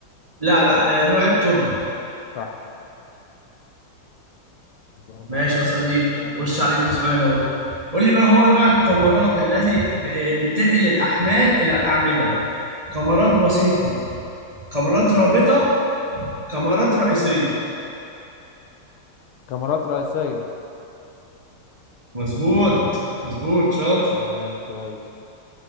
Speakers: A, on the right; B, on the left.
A: لا لا آه، نوع التربه
B: صح برافو
A: ماشي
B: عليك
A: يا صديقي
B: يلا
A: خش
B: سألني
A: عليك بسؤال اهو قول لي ما هو نوع القمرات الذي ب- آه، اللي بتنقل الاحمال الى الاعمده قمرات بسيطه قمرات رابطه قمرات رئيسيه
B: كاميرات رئيسية
A: مظبوط مظبوط شاطر
B: تمام كويس